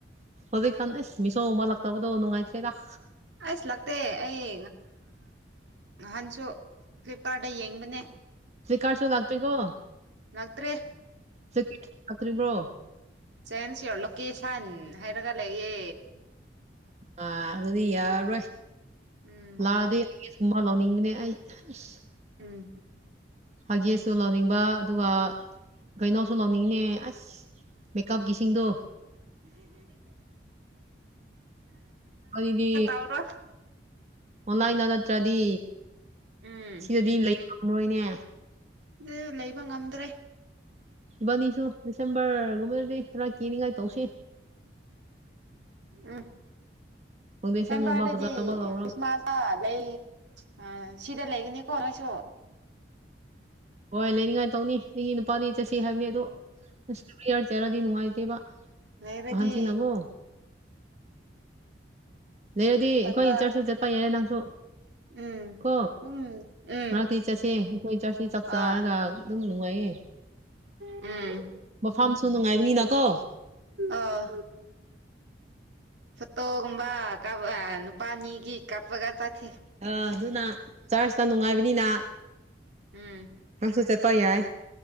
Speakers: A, on the right; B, on the right.
A: ꯍꯧꯖꯤꯛꯀꯥꯟ ꯑꯩꯏ ꯃꯤꯁꯣ ꯃꯥꯟꯂꯛꯇꯕꯗꯣ ꯅꯨꯡꯉꯥꯏꯇꯔꯦꯗ
B: ꯑꯁ ꯂꯥꯛꯇꯦ ꯑꯩ ꯅꯍꯥꯟꯁꯨ ꯐ꯭ꯂꯤꯞꯀꯥꯔꯗꯩ ꯌꯦꯡꯕꯅꯦ
A: ꯁ꯭ꯀꯥꯔꯁꯨ ꯂꯥꯛꯇ꯭ꯔꯤꯒ‌ꯣ
B: ꯂꯛꯇꯔ‌ꯦ
A: <unintelligible> ꯂꯛꯇꯔꯤꯕ‌ꯣ
B: ꯆꯦꯟꯁ ꯌꯣꯔ ꯂꯣꯀꯦꯁꯟ ꯍꯥꯏꯔꯒ ꯂꯩꯌꯦ
A: ꯑ ꯑꯗꯨꯗꯤ ꯌꯥꯔꯔꯣꯏ
B: ꯎꯝ
A: ꯂꯥꯛꯑꯗꯤ ꯎꯃ ꯂꯧꯅꯤꯡꯕꯅꯦ ꯑꯩ ꯑꯁ
B: ꯎꯝ
A: ꯍꯥꯒꯤꯁꯁꯨ ꯂꯧꯅꯤꯡꯕ ꯑꯗꯨꯒ ꯀꯩꯅꯣꯁꯨ ꯂꯧꯅꯤꯡꯅꯦ ꯑꯁ ꯃꯦꯛꯀꯞꯒꯤꯁꯤꯡꯗꯣ ꯑꯩꯗꯤ
B: ꯇꯧꯔꯣꯏ
A: ꯑꯣꯟꯂꯥꯏꯟꯗ ꯅꯠꯇ꯭ꯔꯗꯤ
B: ꯎꯝ
A: ꯁꯤꯗꯗꯤ ꯂꯩ ꯉꯝꯔꯣꯏꯅꯦ
B: ꯑꯦ ꯂꯩꯕ ꯉꯝꯗ꯭ꯔꯦ
A: ꯏꯕꯥꯟꯅꯤꯁꯨ ꯗꯤꯁꯦꯝꯕꯔꯒꯨꯝꯕꯗꯗꯤ ꯈꯔ ꯀ‌ꯦꯅꯤꯉꯥꯏ ꯇꯧꯁ‌‍ꯦ
B: ꯎꯝ
A: ꯐꯥꯎꯟꯗꯦꯁꯟꯒꯨꯝꯕ
B: ꯗꯤꯁ‌ꯦꯝꯕꯔ ꯗꯗꯤ
A: ꯐꯖꯕ ꯂꯧꯔꯒ
B: ꯑꯥ ꯈ꯭ꯔꯤꯁꯃꯥꯁ ꯑ ꯂꯩ ꯑ ꯁꯤꯗ ꯂꯩꯒꯅꯤꯀꯣ ꯅꯣꯏꯁꯨ
A: ꯍꯣꯏ ꯂꯩꯅꯤꯡꯉꯥꯏ ꯇꯧꯅꯤ ꯑꯩꯒꯤ ꯅꯨꯄꯥꯗꯤ ꯆꯠꯁꯤ ꯍꯥꯏꯕꯅꯤ ꯑꯗꯣ <unintelligible> ꯅꯨꯡꯉꯥꯏꯇꯦꯕ
B: ꯅꯦꯕꯗꯤ
A: ꯑꯍꯟꯁꯤꯡꯅꯀꯣ ꯂꯩꯔꯗꯤ ꯑꯩꯈꯣꯏ
B: ꯆꯠꯄ
A: ꯆꯔ꯭ꯆꯁꯨ ꯆꯠꯄ ꯌꯥꯏꯔꯦ ꯅꯪꯁꯨ
B: ꯎꯝ
A: ꯀꯣ
B: ꯑꯗꯨꯝ ꯎꯝ
A: ꯃꯔꯛꯇꯤ ꯆꯠꯁꯦ ꯑꯩꯈꯣꯏ ꯆꯔ꯭ꯆꯀꯤ ꯆꯥꯛ
B: ꯑ
A: ꯆꯥꯔꯒ ꯑꯗꯨꯝ ꯅꯨꯡꯉꯥꯏꯌꯦ
B: ꯎꯝ
A: ꯃꯐꯝꯁꯨ ꯅꯨꯡꯉꯥꯏꯕꯅꯤꯅꯀꯣ
B: ꯑꯥ ꯐꯣꯇꯣꯒꯨꯝꯕ ꯀꯥꯞꯄꯒ ꯅꯨꯄꯥꯅꯤꯒꯤ ꯀꯥꯞꯄꯒ ꯆꯠꯊꯦ
A: ꯑꯥ ꯑꯗꯨꯅ ꯆꯔ꯭ꯆꯇ ꯅꯨꯡꯉꯥꯏꯕꯅꯤꯅ
B: ꯎꯝ
A: ꯅꯪꯁꯨ ꯆꯠꯄ ꯌꯥꯏꯌ‌ꯦ